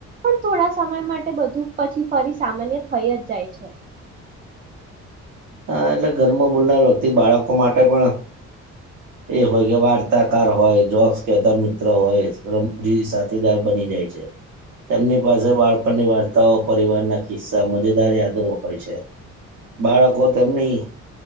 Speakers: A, on the right; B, on the right.
A: પણ થોડા સમય માટે બધું પછી ફરી સામાન્ય થઈ જ જાય છે.
B: હા એટલે ઘરમાં બોલનાર વ્યક્તિ બાળકો માટે પણ એ હોય કે વાર્તાકાર હોય, જોક્સ કહેતા મિત્ર હોય રમજી સાથીદાર બની જાય છે. તેમની પાસે બાળપણની વાર્તાઓ પરિવારના કિસ્સા મજેદાર યાદો હોય છે. બાળકો તેમની